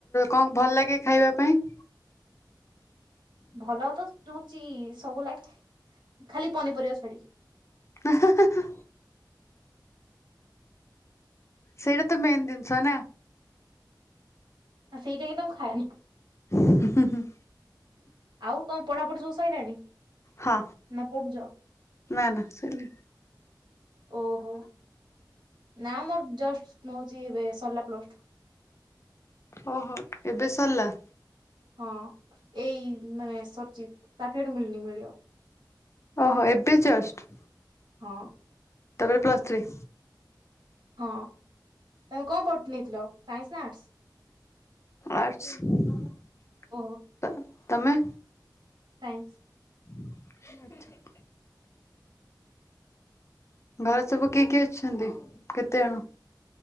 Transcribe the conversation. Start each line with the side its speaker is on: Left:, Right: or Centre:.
Left: କଣ ଭଲ ଲାଗେ ଖାଇବା ପାଇଁ?
Right: ଭଲ ତ <unintelligible> ସବୁ ଲାଗେ ଖାଲି ପନିପରିବା ଛାଡିକି।
Left: ହ। ସେଟା ତ ମେନ ଜିନିଷ ନା।
Right: ଆଉ ସେଇଟା ହିତ ମୁଁ ଖାଏନି।
Left: ହ ହୁଁ।
Right: ଆଉ କଣ ପଢାପଢି ସବୁ ସଇଲାଣି?
Left: ହଁ
Right: ନା ପଢୁଛ?
Left: ନା ନା ସଇଲାଣି।
Right: ଓହୋ। ନା ମ ଜଷ୍ଟ ନୋଉଚି ଏବେ ସରଲା ପ୍ଲସ ଟୁ।
Left: ଓହୋ ଏବେ ସରିଲା।
Right: ହଁ ଏଇ ମାନେ ସର୍ଚ <unintelligible> ମିଳନି ମିଳିବ।
Left: ଓହୋ ଏବେ ଜଷ୍ଟ।
Right: ହଁ।
Left: ତାପରେ ପ୍ଲସ୍ ଥ୍ରୀ।
Right: ହଁ ତମେ କଣ ପଠ୍ ନେଇଥିଲ ସାଇନ୍ସ ନା ଆର୍ଟସ।
Left: ଆର୍ଟସ୍
Right: ଓହୋ
Left: ତମେ।
Right: ସାଇନ୍ସ।
Left: ଆଛା। ଘରେ ସବୁ କିଏ କିଏ ଅଛନ୍ତି କେତେଜଣ।